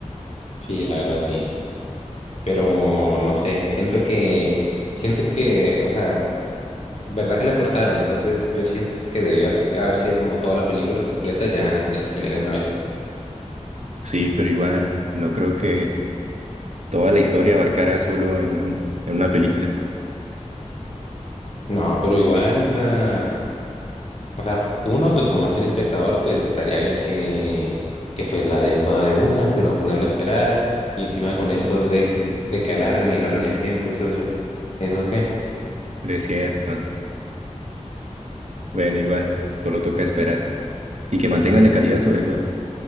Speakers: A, on the left; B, on the right.
A: Sí, la verdad, sí. pero no sé, siento que, siento que, o sea, verdad que la cortaron, entonces yo siento que debió así- haber sido como toda la película completa ya en el cine de una vez.
B: Sí, pero igual, no creo que toda la historia abarcara solo en un, en una película.
A: No, pero igual, o sea, o sea, uno pues como es el espectador, pues estaría bien que, que pues la den toda de una, pero ponerlo a esperar y encima con
B: <laughs>
A: esto de, de que alargan y alargan el tiempo, eso yo, ¿eso qué?
B: Pero Es cierto. Bueno,
A: Mm,
B: igual,
A: Pues
B: solo toca esperar. Y que mantengan la calidad sobre
A: mm.
B: todo.